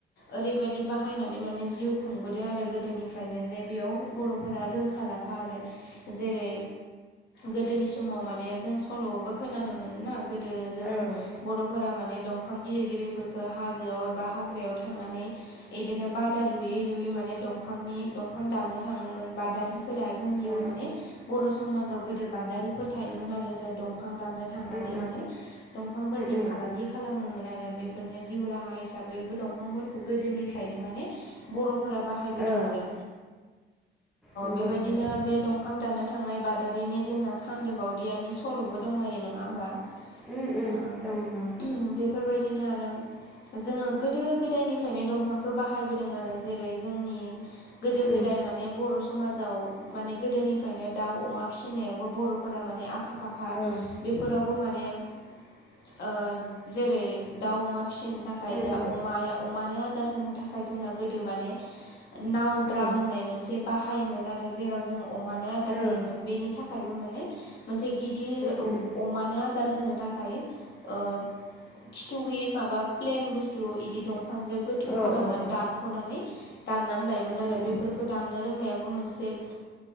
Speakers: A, on the left; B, in the centre.
A: ओरैबायदि बाहायनानै माने जिउ खुंबोदों आरो गोदोनिफ्रायनो जे बेयाव बर'फोरा रोंखा राखा आरो जेरै गोदोनि समाव माने जों सल'बो खोनानो मोनोना गोदो जों
B: औ
A: बर'फोरा माने दंफां गिदिर गिदिरफोरखौ हाजोआव एबा हाग्रायाव थांनानै बिदिनो बादा लुयै लुयै माने दंफांनि दंफां दाननो थाङोमोन बादारि फोर जोंनियाव
B: उम उम
A: माने बर' समाजाव गोदो बादारिफोर थायोमोन आरो जाय दंफां दाननो थांनानै
B: उम
A: माने दंफांफोरनि
B: उम
A: फालांगि खालामोमोन आरो बेफोरनो जिउ राहा हिसाबै दंफांफोरखौ गोदोनि फ्रायनो माने बर'फोरा बाह बाहायबोदों
B: औ
A: आरो
B: नंगौ
A: बेबायदिनो
B: नंगौ
A: बे दं फां दानो थांनाय बादारिनि जोंना सानदोबावदियानि सल'बो दंलायो नङा होमबा
B: उम उम
A: ओ
B: दङ दं
A: बे बेफोरबायदिनो आरो जोङो गोदो गोदायनिफ्रायनो दंफां खौ बाहायबोदों आरो जेरै जोंनि गोदो
B: उम
A: गोदाय माने बर' समाजाव माने गोदोनिफ्रायनो दाउ अमा फिसिनायावबो बर'फोरा माने आखा फाखा
B: औ
A: बेफोरावबो माने ओ जेरै दाउ अमा फिसिनो थाखाय
B: उम
A: ओमफ्राय दा
B: उम
A: अमाया अमानो आदार होनो थाखाय जोंना गोदो माने नावद्रा
B: औ
A: होननाय मोनसे बाहायोमोन आरो जेराव जों अमानो आदार
B: औ
A: होयोमोन बेनि थाखाय थाखायबो माने मोनसे गिदिर
B: उम उम
A: अमानो आदार होनो थाखाय ओ खिथु गैयि माबा प्लेन बुस्थु बिदि दंफांजों गोथौ
B: औ
A: खालामनानै
B: औ
A: दान ख'नानै दाननानै लायोमोन
B: उम
A: आरो
B: उम
A: बेफोरखौ दाननो रोंनायाबो मोनसे